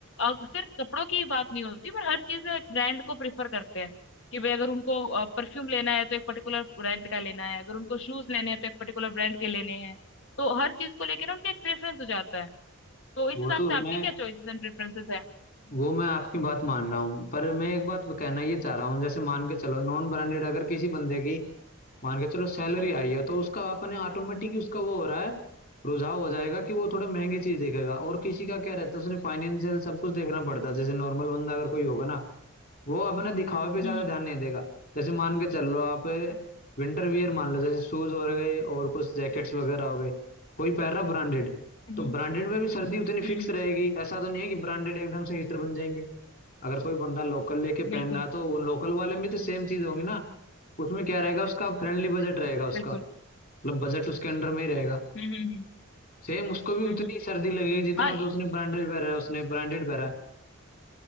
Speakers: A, on the left; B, on the left.
A: और सिर्फ कपड़ों की ही बात नहीं होती पर हर चीज में ब्रांड को प्रेफर करते हैं कि भाई अगर उनको परफ्यूम लेना है तो एक पर्टिकुलर ब्रांड का लेना है अगर उनको शूज लेने हैं तो एक पर्टिकुलर ब्रांड के लेने हैं तो हर चीज को लेकर ना उनका एक प्रेफरेंस हो जाता है तो इस
B: वो
A: हिसाब
B: तो
A: से आपकी
B: मैं
A: क्या चॉइसेस एंड प्रेफरेंसेस है
B: वो मैं आपकी बात मान रहा हूँ पर मैं एक बात कहना ये चाह रहा हूँ जैसे मान के चलो नॉन ब्रांडेड अगर किसी बंदे की मान के चलो सैलरी आई है तो उसका अपने ऑटोमेटिक उसका वो हो रहा है रुझाव हो जाएगा कि वो थोड़ा महंगी चीज देखेगा और किसी का क्या रहता है उसने फाइनेंशियल सब कुछ देखना पड़ता है जैसे नॉर्मल बंदा अगर कोई होगा ना वो अपने दिखावे पे ज्यादा
A: हम्म
B: ध्यान नहीं देगा जैसे मान के चल लो आप विंटर वियर मान लो जैसे शूज हो गए और कुछ जैकेट्स वगैरह हो गए कोई पहन रहा ब्रांडेड
A: हम्म
B: तो ब्रांडेड में भी सर्दी उतनी
A: हम्म
B: फिक्स
A: हम्म,
B: रहेगी ऐसा तो नहीं है कि ब्रांडेड एकदम से हीटर बन जाएंगे अगर कोई बंदा लोकल लेके
A: बिल्कुल
B: पहन रहा है तो वो लोकल वाले में तो सेम चीज होगी ना उसमें क्या रहेगा उसका फ्रेंडली बजट रहेगा
A: बिल्कुल
B: उसका मतलब बजट उसके अंडर में ही रहेगा
A: हम्म हम्म हम्म
B: सेम उसको भी
A: हम्म,
B: उतनी सर्दी लगेगी जितना
A: हाँ
B: तो उसने ब्रांडेड पहना है उसने ब्रांडेड पहना है